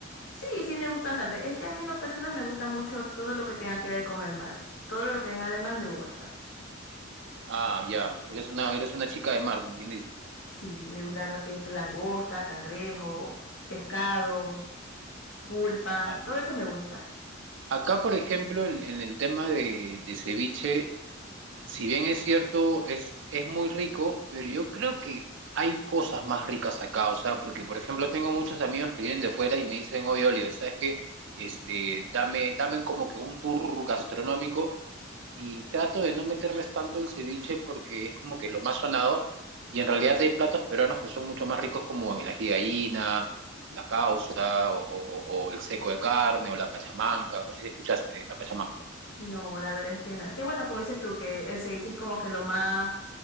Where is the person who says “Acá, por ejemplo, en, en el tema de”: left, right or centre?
Right